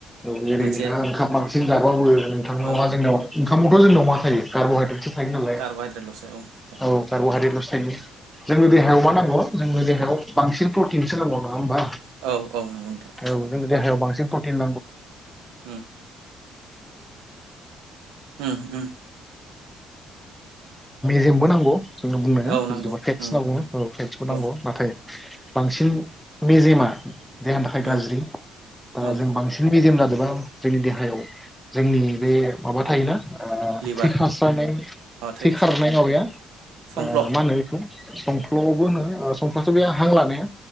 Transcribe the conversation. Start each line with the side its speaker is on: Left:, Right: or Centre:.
Centre: औ जेरै
Right: मोनसे
Centre: नोंथाङा ओंखाम बां जों जाबो नोंथांनाव
Right: औ
Centre: मा जोंनाव ओंखामावथ' जोंनाव मा थायो कार्बहाइड्रेटसो थायो नालाय,
Right: कार्ब'हाइद्रेटल'सो औ
Centre: औ। <unintelligible> सायनिस जोंनो देहायाव मा नांग'? जोंनो देहायाव बांसिन प्रटिनसो नांगौ नङा होमबा?
Right: औ औ नंगौ नोंथां।
Centre: औ जोंनो देहायाव बांसिन प्रटिन
Right: उम उम उम
Centre: जोंनो बुंनाया
Right: औ नांगौ
Centre: जिथु बा फेटस
Right: नंगौ
Centre: होनना बुङो। औ फेटसबो नांगौ।
Right: औ
Centre: नाथाय बांसिन मेजेमा देहानि थाखाय
Right: उम
Centre: गाज्रि। ओ
Right: औ
Centre: जों बांसिन मेजेम जाजोबा जोंनि देहायाव जोंनि
Right: उम
Centre: बे माबा थायोना ओ
Right: लिभार
Centre: थै खास्रानाय
Right: अ
Centre: थै
Right: होसोनाय
Centre: खारनाय माबाया
Right: समफ्ल'
Centre: ओ मा होनो बिखौ संफ्लुआवबो होनो ओ संफ्लुआथ' बे हां लानाया